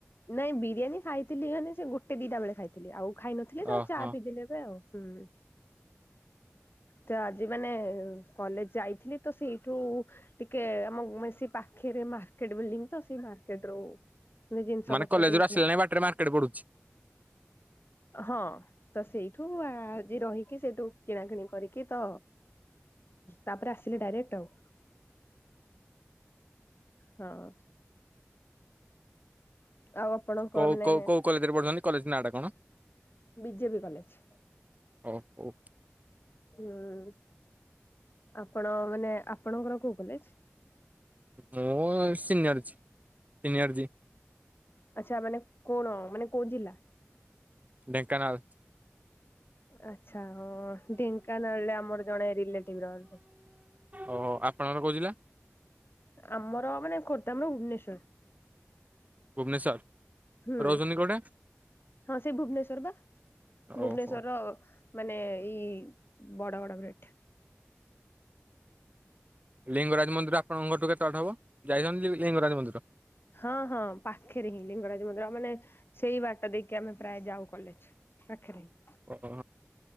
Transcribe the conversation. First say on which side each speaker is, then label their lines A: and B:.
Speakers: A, on the left; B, on the right.
A: ନାଇଁ ବିରିୟାନୀ ଖାଇଥିଲି ମାନେ ସେ ଗୋଟେ ଦିଟା ବେଳେ ଖାଇଥିଲି ଆଉ ଖାଇ ନଥିଲି
B: ଓହୋ।
A: ଚା ପିଦେଲି ଏବେ ଆଉ ହୁଁ, ତ ଆଜି ମାନେ କଲେଜ ଯାଇଥିଲି ତ ସେଇଠୁ ଟିକେ ଆମ ପାଖରେ ମାର୍କେଟ ବିଲଡିଂ ତ ସେଇ ମାର୍କେଟ ରୁ ମ ଜିନିଷ
B: ମାନେ
A: ପତ୍ରଟିିକ
B: କଲେଜରୁ
A: ହେଇଥିଲା
B: ଆସିଲା ନାଇଁ ବାଟରେ ମାର୍କେଟ ପଡୁଛି
A: ହଁ ତ ସେଇଠୁ ଆଜି ରହିକି ସେଇଠୁ କିଣା କିିଣି କରିକି ତ ତାପରେ ଆସିଲି ଡାଇରେକ୍ଟ ଆଉ ହଁ ଆଉ ଆପଣଙ୍କ
B: କୋଉ
A: ମାନେ
B: କୋଉ କୋଉ କଲେଜରେ ପଢୁଛନ୍ତି କଲେଜ ନାଁ ଟା କଣ?
A: ବିଜେପି କଲେଜ
B: ଓ ହଉ
A: ହୁଁ ଆପଣ ମାନେ ଆପଣଙ୍କର କୋଉ କଲେଜ
B: ମୁଁ ସିନିୟରଜି ସିନିୟରଜି
A: ଆଛା ମାନେ କଣ ମାନେ କୋଉ ଜା
B: ଢେଙ୍କାନାଳ
A: ଆଛା ଢେଙ୍କାନାଳରେ ଆମର ଜଣେ ରିଲେଟିଭ ରହନ୍ତି।
B: ଓହୋ ଆପଣଙ୍କର କହୁଜିଲ୍ଲା
A: ଆମର ମାନେ ଖୋର୍ଦ୍ଧା ଆମର ଭୁବନେଶର
B: ଭୁବନେଶ୍ୱର
A: ହୁଁ
B: ରହୁଛନ୍ତି କୋଉଠେ
A: ହଁ ସେ ଭୁବନେଶ୍ଵର ବା ଭୁବନେଶ୍ଵର
B: ଓହୋ।
A: ମାନେ ଏଇ ବଡ ବଡ ଭେ
B: ଲିଙ୍ଗରାଜ ମନ୍ଦିର ଆପଣଙ୍କଠୁ କେତେ ଟ ହବ ଯାଇଛନ୍ତି ଲିଙ୍ଗରାଜ ମନ୍ଦିର
A: ହଁ ହଁ ପାଖରେ ହିଁ ଲିଙ୍ଗରାଜ ମନ୍ଦିର ମାନେ ସେଇ ବାଟ ଦେଇକି ଆମେ ପ୍ରାୟ ଯାଉ କଲେଜ ପାଖରେ ହିଁ?
B: ଓହୋ